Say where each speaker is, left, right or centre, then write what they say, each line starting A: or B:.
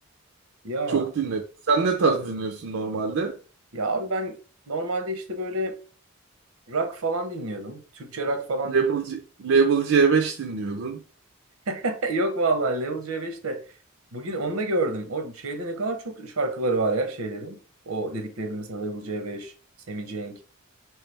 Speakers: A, on the right (about 85°); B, on the right (about 70°).
A: Ya.
B: Çok dinlerim. Sen ne tarz dinliyorsun normalde?
A: Ya abi ben normalde işte böyle rock falan dinliyordum. Türkçe rock falan
B: Label,
A: dinliyordum.
B: C, Label C5 dinliyordun.
A: <laughs> Yok vallahi Level C5 bugün onu da gördüm. O şeyde ne kadar çok şarkıları var ya şeylerin. O dediklerinin mesela Level C5, Sammy Cenk.